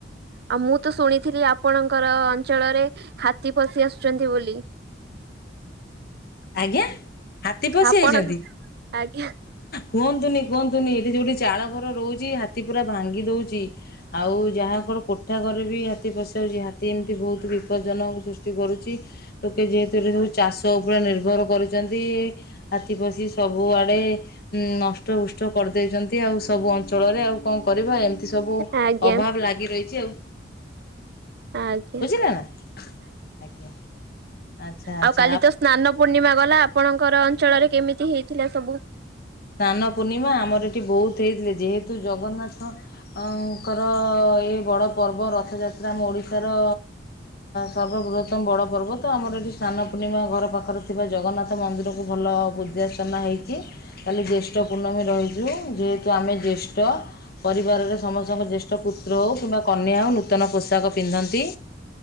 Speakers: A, on the right; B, on the left.
A: ଆଉ ମୁଁ ତ ଶୁଣିଥିଲି ଆପଣଙ୍କର ଅଞ୍ଚଳରେ ହାତୀ ଫାତି ଆସୁଛନ୍ତି ବୋଲି।
B: ଆଜ୍ଞା ହାତୀ ପଶିଯାଇଛନ୍ତି।
A: ଆପଣ ଆଜ୍ଞା
B: କୁହନ୍ତୁନି କୁହନ୍ତୁନି ଏଠି ଯଉଠି ଚାଳ ଘର ରହୁଛି ହାତୀ ପୁରା ଭାଙ୍ଗି ଦଉଛି ଆଉ ଯାହା ତାଙ୍କର କୋଠା ଘରେ ବି ହ ପଶି ଯାଉଛି ହାତୀ ଏମିତି ବହୁତ ବିପଜଜନ ସୃଷ୍ଟି କରୁଛି ଲୋକେ ଯେହେତୁ ଚାଷ ଉପରେ ନିର୍ଭର କରୁଛନ୍ତି ହାତୀ ପଶି ସବୁଆଡ଼େ ନଷ୍ଟ ଷ୍ଟ କରିଦେଉଛନ୍ତି ଆଉ ସବୁ ଅଞ୍ଚଳରେ ଆଉ କଣ କରିବା ଏମିତି ସବୁ
A: ଆଜ୍ଞା
B: ଅଭାବ ଲାଗି ରହିଛି ଆଉ।
A: ଆଜ୍ଞା
B: ବୁଝିଲ ଆଜ୍ଞା ଆଛା
A: ଆଉ
B: ଆଛା
A: କାଲି ତ ସ୍ନାନ ପୂର୍ଣ୍ଣିମା ଗଲା ଆପଣଙ୍କର ଅଞ୍ଚଳରେ କେମିତି ହେଇଥିଲା ସବୁ?
B: ସ୍ନାନ ପୂର୍ଣ୍ଣିମା ଆମର ଏଠି ବହୁତ ହେଇଥିଲେ ଯେହେତୁ ଜଗନ୍ନାଥଙ୍କର ବଡ଼ ପର୍ବ ରଥଯାତ୍ରା ଆମ ଓଡିଶାର ସର୍ବ ବୃହତମ ବଡ଼ ପର୍ବ ତ ଆମ ଏଠି ସ୍ନାନ ପୂର୍ଣ୍ଣିମା ଘର ପାଖରେ ଥିବା ଜଗନ୍ନାଥ ମନ୍ଦିରକୁ ଭଲ ପୂଜାର୍ଚ୍ଚନା ହେଇଛି। କାଲି ଜ୍ୟେଷ୍ଠ ପୂର୍ଣ୍ଣମୀ ରହିଛୁ ଯେହେତୁ ଆମେ ଜ୍ୟେଷ୍ଠ ପରିବାରରେ ସମସ୍ତଙ୍କ ଜ୍ୟେଷ୍ଠ ପୁତ୍ର ହେଉ କିମ୍ବା କନ୍ୟା ହେଉ ନୂତନ ପୋଷାକ ପିନ୍ଧନ୍ତି।